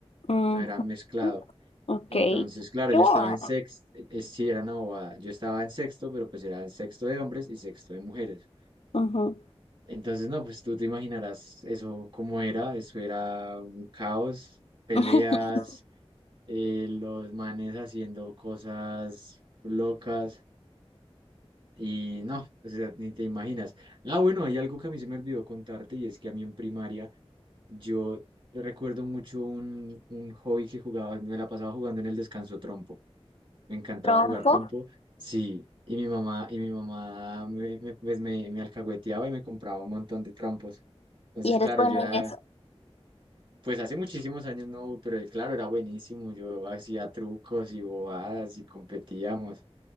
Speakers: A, on the left (about 75°); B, on the right (about 50°).
A: ujú,
B: no era mezclado.
A: Ok.
B: Entonces,
A: Qué
B: claro, yo
A: bobada.
B: estaba en sexto, eh, eh, sí era una bobada, yo estaba en sexto, pero pues era en sexto de hombres y sexto de mujeres.
A: Ujú.
B: Entonces, no, pues tú te imaginarás eso cómo era, eso era un caos, peleas,
A: <laughs>
B: eh, los manes haciendo cosas locas y no, o sea, ni te imaginas. Ah, bueno, hay algo que a mí se me olvidó contarte y es que a mí en primaria yo recuerdo mucho un, un hobby que jugaba, me la pasaba jugando en el descanso trompo. me encantaba
A: Trompo.
B: jugar trompo, sí, y mi mamá, y mi mamá me, me- pues me, me alcahueteaba y me compraba un montón de trompos. Entonces,
A: Y eres
B: claro,
A: bueno
B: yo era,
A: en eso.
B: pues hace muchísimos años no, pero claro, era buenísimo, yo hacía trucos y bobadas y competíamos,